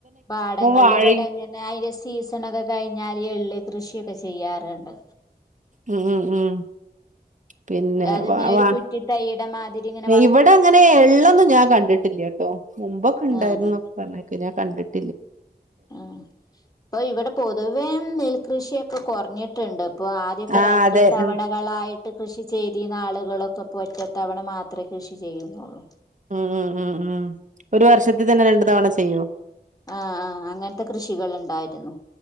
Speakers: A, on the left; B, on the right.
A: പാടങ്ങള്
B: വാഴയും
A: ള് ഇവിടെ ങ്ങനെ അയിര് സീസണൊക്ക കഴിഞ്ഞാല് എള്ള് കൃഷി ഒ. ക്ക ചെയ്യാറ്ണ്ട്.
B: ഉം ഉം ഉം പിന്നെ
A: അത്
B: വ
A: ങ്ങനെ ഒരു
B: വാ
A: കുറ്റി തൈയുടെ മാതിരിങ്ങനെ.
B: ഇവിടെ അങ്ങനെ എള്ളൊന്നും ഞാൻ കണ്ടിട്ടില്യ ട്ടോ. മുമ്പൊക്കെ ണ്ടായിരുന്നു.
A: ആഹ്
B: ന്നൊക്ക പറഞ്ഞേക്ക്‌, ഞാൻ കണ്ടിട്ട്
A: ആഹ്, ഇപ്പൊ ഇവിടെ പൊതുവേ നെൽകൃഷിയൊക്ക കൊർഞ്ഞിട്ണ്ട്. പ്പൊ, ആദ്യക്ക
B: ആഹ്
A: രണ്ട്
B: അതെ
A: തവണകളായിട്ട്
B: ഉം
A: കൃഷി. ചേതീന്നാളുകളൊക്ക പ്പ ഒറ്റത്തവണ മാത്രേ കൃഷി ചെയ്യുന്നുള്ളൂ.
B: ഉം ഉം ഉം ഉം ഒരു വർഷത്തി തന്നെ രണ്ടു തവണ ചെയ്യോ.
A: ആഹ്, ആഹ്, അങ്ങൻത കൃഷികളുണ്ടായിരുന്നു.